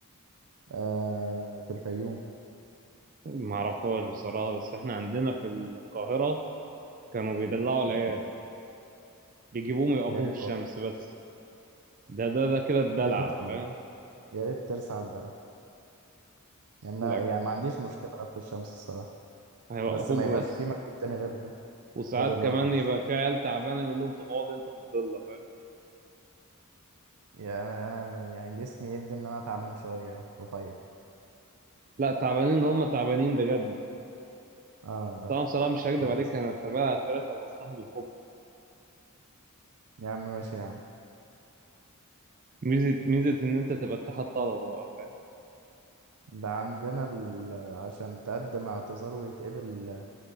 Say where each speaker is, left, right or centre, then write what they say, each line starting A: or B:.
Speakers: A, on the right; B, on the right.
A: آه في الفيوم
B: ما اعرفهاش بصراحه بس احنا عندنا في القاهره كانوا بيدلعوا العيال بيجيبوهم يوقفوهم
A: يا ريت
B: في الشمس
A: والله
B: بس ده ده ده كده الدلع
A: يا ريت والله
B: فاهم
A: يا ريت ترسع الدرع يعني أنا-
B: لك
A: يعني ما عنديش مشكله في الشمس الصراحه
B: هيوقفوك
A: بس ما يبقاش
B: بس
A: في مجهود تاني غير
B: وساعات
A: غير الوقفه
B: كمان
A: في الشمس
B: يبقى في عيال تعبانه يقول لهم طب اقعد انت في الضله فاهم
A: يعني انا م- يعني جسمي يدي ان انا تعبان شويه رفيع
B: لا تعبانين اللي هم تعبانين بجد
A: اه لا
B: طبعا بصراحه مش هكدب
A: للاسف
B: عليك انا التربيه العسكريه خلصتها بالحب
A: يا عم ماشي يا عم
B: ميزه ميزه ان انت تبقى اتحاد طلبه بقى فاهم
A: ده عندنا ال... عشان تقدم اعتذار ويتقبل